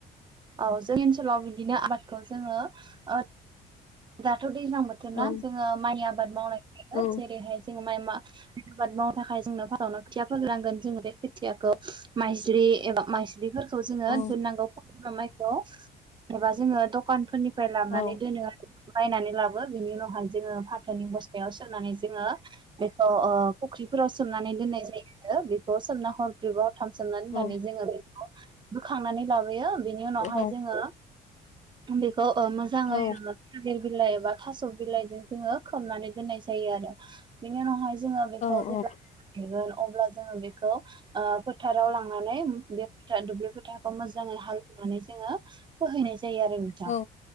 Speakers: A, on the right; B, on the left.
A: औ जोंनि ओनसोलाव बिदिनो आबादखौ जोङो ओ दाथ' दैज्लां बोथोर ना
B: औ
A: जोङो माइ आबाद मावनाय जायो
B: औ
A: जेरैहाय जोङो माइ मा आबाद मावनो थाखाय जोंनो हरावनो खोथिया फोनो नांगोन जोङो बे खोथियाखौ माइज्रि एबा माइज्रिफोरखौ जोङो
B: औ
A: दोननांगौ फथबना माइखौ। एबा जोङो दखानफोरनिफ्राय लांनानै
B: औ
A: दोनो आरो। बायनानै लाबो बिनि उनावहाय जोङो फाथोनि बस्थ थायाव सोमनानै जोङो बेखौ फुख्रिफोराव सोमनानै दोननाय जायो आरो सोमना हरब्रै बा हरथाम सोनादोनानै
B: औ
A: जों बोखांनानै ला यो बिनि उनावहाय
B: औ
A: जोङो बेखौ ओ मोजाङै
B: औ
A: ओ बिलाइ एबा थास' बिलाइजों जोङो खोबनानै दोननाय जायो आरो। बिनि उनावहाय ज जों बेखौ
B: औ
A: जेब्लागोन अब्ला जोङो बेखौ ओ फोथाराव लां नानै दुब्लि फोथारखौ मोजाङै हालएवनानै जोङो फोहैनाय जाय जायो आरो नोंथां
B: औ